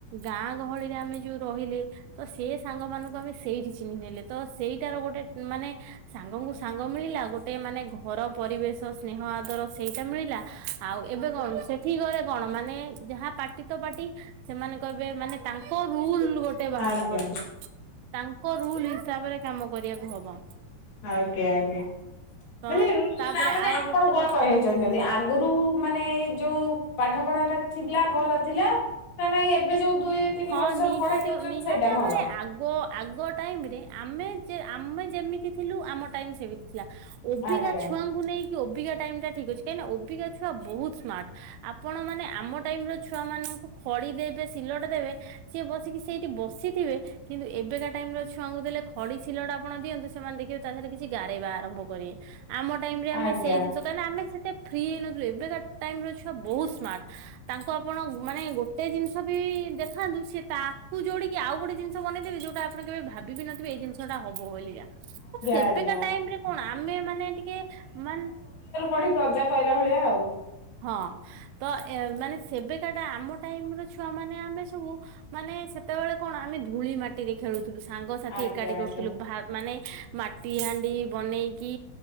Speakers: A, on the right; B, on the left.
A: ଗାଁ ଗହଳିରେ ଆମେ ଯୋଉ ରହିଲେ ତ ସେ ସାଙ୍ଗ ମାନଙ୍କୁ ଆମେ ସେଇଠି ଚିହ୍ନି ନେଲେ ତ ସେଇଟାର ଗୋଟେ ମାନେ ସାଙ୍ଗ ସାଙ୍ଗ ମିଳିଲା ଗୋଟେ ମାନେ ଘର ପରିବେଶ ସ୍ନେହଁ ଆଦର ସେଇଟା ମିଳିଲା ଆଉ ଏବେ କଣ ସେଠି ଗଲେ କଣ ମାନେ ଯାହା ପାଟି ତ ପାଟି ସେମାନେ କହିବେ ମାନେ ତାଙ୍କ ରୁଲ ଗୋଟେ ବାହାର
B: ଆଜ୍ଞା
A: କରିଥିବେ
B: ଆଜ୍ଞା
A: ତାଙ୍କ ରୁଲ ହିସାବରେ କାମ କରିବାକୁ ହବ।
B: ଆଜ୍ଞା ଆଜ୍ଞା।
A: ତ
B: ମାନେ ନା ମାନେ
A: ତାପରେ
B: ଆପଣ
A: ଆଉ ଗୋଟେ
B: କଣ କହିବାକୁ
A: କଥା
B: ଚାହୁଁଛନ୍ତି ଆଗରୁ ମାନେ ଯୋଉ ପାଠ ପଢା ଟା ଥିଲା ଭଲ ଥିଲା ନା ନାଇଁ ଏବେ ଯୋଉ ଦୁଇ ତିନି
A: ହଁ
B: ବର୍ଷରୁ
A: ନିହାତି
B: ପଢେଇ ଦଉଛନ୍ତି
A: ନିହାତି
B: ସେଇଟା
A: ଭାବରେ
B: ଭଲ
A: ଆଗ ଆଗ ଟାଇମରେ ଆମେ ଯେ ଆମେ ଯେମିତି ଥିଲୁ ଆମ ଟାଇମ ସେମିତି ଥିଲା ଓବିକା
B: ଆଜ୍ଞା
A: ଛୁଆଙ୍କୁ ନେଇକି ଓବିକା ଟାଇମ ଟା ଠିକ୍ ଅଛି। କାହିଁକି ନା ଓବିକା ଛୁଆ ବହୁତ ସ୍ମାର୍ଟ ଆପଣ ମାନେ ଆମ ଟାଇମ ର ଛୁଆ ମାନଙ୍କୁ ଖ ଡି ଦେବେ ସିଲଟ ଦେବେ ସିଏ ବସିକି ସେଇଠି ବସିଥିବେ କିନ୍ତୁ ଏବେକା ଟାଇମ ର ଛୁଆଙ୍କୁ ଦେଲେ ଖଡି ସିଲଟ ଆପଣ ଦିଅନ୍ତୁ ସେ ସେମାନେ ଦେଖିବେ ତା ଦେହରେ କିଛି ଗାରେଇବା ଆରମ୍ଭ କରିବେ ଆମ ଟାଇମ ରେ ଆମେ
B: ଆଜ୍ଞା
A: ସେ
B: ଆଜ୍ଞା
A: ଜିନିଷ କାହିଁକି ଆମେ ସେ ଫ୍ରି ହେଇ ନଥିଲୁ ଏବେକା ଟାଇମ ର ଛୁଆ ବହୁତ ସ୍ମାର୍ଟ ତାଙ୍କୁ ଆପଣ ମାନେ ଗୋଟେ ଜିନିଷ ବି ଦେଖ ଦେଖନ୍ତୁ ସେ ତାକୁ ଯୋଡିକି ଆଉ ଗୋଟେ ଜିନିଷ ବନେଇେ ଦେବେ ଯଉଟା ଆପଣ କେବେ ଭାବି ବି ନଥିବେ ଏଇ ଜିନିଷଟା ହବ ବୋଲିକା। ସେବେକା
B: ଆଜ୍ଞା
A: ଟାଇମରେ କଣ ଆମେ ମାନେ ଟିକେ ମା
B: ପଡ଼ି ଗଜା କହିଲା ଭଳିଆ ଆଉ।
A: ହଁ, ତ ଏ ମାନେ ସେବେକାଟା ଆମ ଟାଇମ ର ଛୁଆ ମାନେ ଆମେ ସବୁ ମାନେ ସେତେବେଳେ କଣ ଆମେ ଧୂଳି ମାଟିରେ ଖେଳୁଥିଲୁ। ସାଙ୍ଗସାଥି
B: ଆଜ୍ଞା
A: ଏକାଠି କରୁଥିଲୁ
B: ଆଜ୍ଞା
A: ମାନେ ମାଟି ହାଣ୍ଡି ବନେଇକି